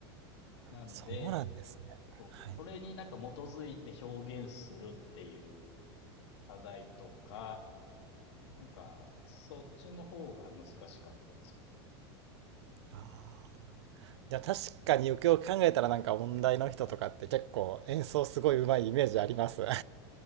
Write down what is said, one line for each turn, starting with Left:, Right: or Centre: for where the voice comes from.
Left: なんで、
Right: そうなんですね。
Left: そうです。
Right: はい。
Left: それになんか基づいて表現するっていう課題とか、なんか、そっちの方が難しかったですか
Right: あーいや、確かによくよく考えたらなんか音大の人とかって結構演奏すごいうまいイメージあります。<laughs> あ